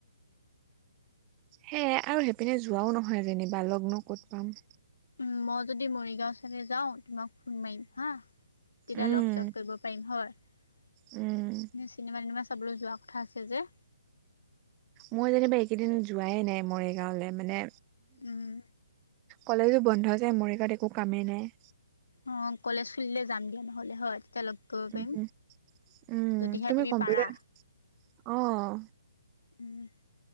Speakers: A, on the right; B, on the left.
A: সেয়ে আৰু সেইপিনে যোৱাও নহয় যেনিবা লগ ক'ত পাম।
B: উম, মই যদি মৰিগাঁও চাইদে যাওঁ, তোমাক ফোন মাৰিম হা, তেতিয়া
A: উম
B: লগ-চগ কৰিব পাৰিম হয়। নিশ্চয়।
A: উম
B: চিনেমা-তিনেমা চাবলৈ যোৱা কথা আছে যে।
A: মই যেনিবা এইকেইদিন যোৱাই নাই মৰিগাঁৱলে মানে
B: উম।
A: কলজো বন্ধ যে, মৰিগাঁওত একো কামেই নাই।
B: অহ, কলেজ খুলিলে যাম দিয়া নহ'লে হয়, তেতিয়া লগ কৰিব
A: উম',
B: পাৰিম।
A: উম'। উম,
B: যদিহে
A: তুমি কম্পিউটাৰ
B: পাৰা
A: অহ।
B: উম।